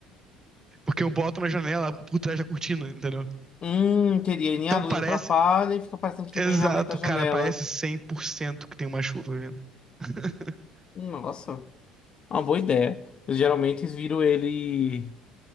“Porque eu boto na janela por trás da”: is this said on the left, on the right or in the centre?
Right